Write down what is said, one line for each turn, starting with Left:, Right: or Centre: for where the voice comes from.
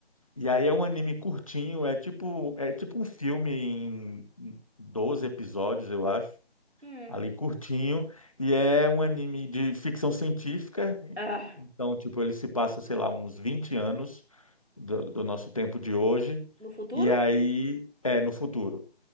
Left: E aí é um anime curtinho, é tipo, é tipo um filme em 12 episódios, eu acho.
Right: Hum.
Left: ali curtinho, e é um anime de ficção científica.
Right: Ah,
Left: Então, tipo, ele se passa, sei lá, uns 20 anos do, do nosso tempo de hoje,
Right: no futuro?
Left: e aí é no futuro.